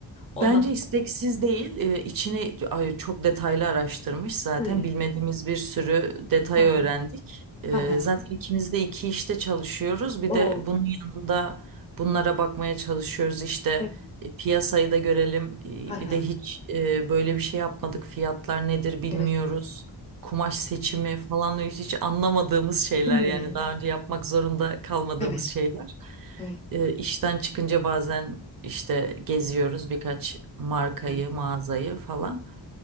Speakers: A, on the left (about 15°); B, on the right (about 50°).
A: ondan
B: Bence isteksiz değil, e, içini ay, çok detaylı araştırmış zaten
A: Öyle.
B: bilmediğimiz bir sürü detay
A: Aha.
B: öğrendik. E,
A: Aha.
B: zaten ikimiz de iki işte çalışıyoruz. Bir
A: O.
B: de bunun yanında bunlara bakmaya çalışıyoruz işte
A: Evet.
B: e, piyasayı da görelim. E,
A: Aha.
B: bir de hiç e, böyle bir şey yapmadık. Fiyatlar nedir bilmiyoruz.
A: Evet.
B: Kumaş seçimi falan hiç, hiç anlamadığımız şeyler
A: Değil mi?
B: yani daha önce yapmak zorunda kalmadığımız
A: Evet.
B: şeyler.
A: Evet.
B: E, işten çıkınca bazen işte geziyoruz birkaç markayı,
A: Evet.
B: mağazayı falan.